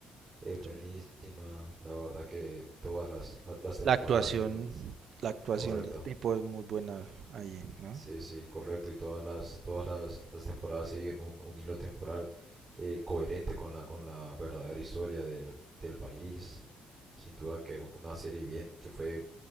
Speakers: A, on the right; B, on the right.
A: es buenísima.
B: Sí.
A: La verdad que todas las, la- las temporadas
B: La actuación,
A: tienen...
B: la actuación
A: Correcto.
B: del tipo es muy buena ahí, ¿no?
A: Sí, sí, correcto. Y todas las, todas las, las temporadas siguen un, un hilo temporal eh, coherente con la, con la verdadera historia del, del país. Sin duda que un- una serie bien, que fue